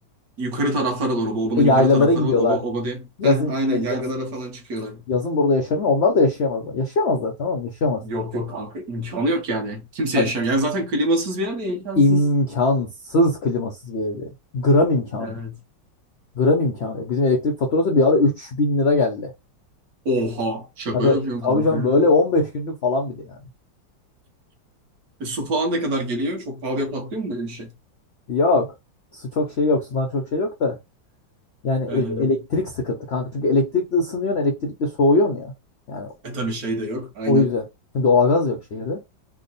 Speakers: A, on the right; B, on the left.
A: Yukarı taraflara doğru. Bu obanın
B: E, yaylalara
A: yukarı tarafları
B: gidiyorlar.
A: var. Oba, oba diye.
B: Yazın
A: Heh, aynen
B: ya-
A: yaylalara
B: yaz,
A: falan çıkıyorlar.
B: yazın burada yaşamıyor. Onlar da yaşayamazlar. Yaşayamazlar tamam mı? Yaşayamaz.
A: Yok yok kanka imkanı yok yani. Kimse
B: Ay,
A: yaşamıyor. Yani zaten klimasız bir yer de imkansız.
B: İmkansız klimasız bir evde. Gram imkanı.
A: Evet.
B: Gram imkanı. yok. Bizim elektrik faturası bir ara 3000 lira geldi.
A: Oha şaka
B: Ya böyle,
A: yapıyorsun
B: tabii
A: kanka
B: canım
A: ya.
B: böyle 15 günlük falan bir de yani.
A: E, su falan ne kadar geliyor? Çok pahalıya patlıyor mu böyle bir şey?
B: Yok. Su çok şey yok. Sudan çok şey yok da. Yani
A: Aynen.
B: el- elektrik sıkıntı kanka. Çünkü elektrikle ısınıyorsun, elektrikle soğuyorsun ya. Yani
A: E tabii şey de yok. Aynen.
B: O yüzden. Şimdi doğalgaz yok şehirde.